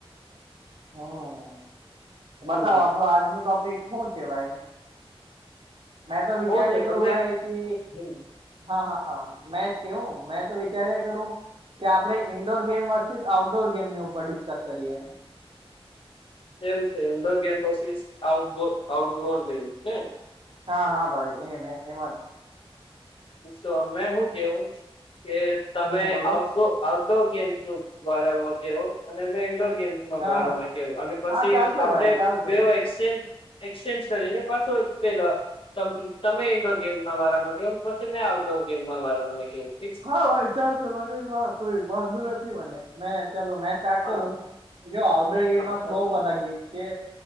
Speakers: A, on the right; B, on the left.
A: હમ્મ
B: હમ્મ
A: બતાવો આપડો આજનું ટોપિક હું છે ભાઈ મેં તો વિચાર
B: કોણ છે
A: એ કરું
B: તમે
A: ભાઈ કે
B: હમ્મ
A: હા હા હા મેં કેવું મેં તો વિચાર્યા કરું કે આપડે ઇન્ડોર ગેમ વર્સીસ આઉટડોર ગેમની ઉપર ડિસ્કસ કરીએ.
B: એવું છે એમ indoor game versus outdoor game ને
A: હા હા ભાઈ એમે એમાં જ
B: તો મેં હું કેવું કે તમે
A: હમ બોલો
B: આઉટડોર આઉટડોર ગેમ્સનું બારમાં કેહો અને મે ઈનડોર ગેમ્સ <unintelligible>
A: હા
B: બારામાં
A: હા
B: કેવું અને પછી
A: હા ચાલશે
B: આપડે
A: ભાઈ ચાલશે.
B: બે ઉએક્સચેન્જ એક્સચેન્જ કરીને પાછો પેલા તમ તમે ઇન્ડોર ગેમના વારામાં કોય પછી મેં આઉટડોર ગેમમાં <unintelligible>
A: હાઓ ભાઈ ચાલશે મને હા કોઈ વાંધો નથી મને મેં ચાલો મે સ્ટાર્ટ
B: હા
A: કરું જો આઉટડોર ગેમમાં
B: હા બરોબર
A: બઉ બધા ગેમ છે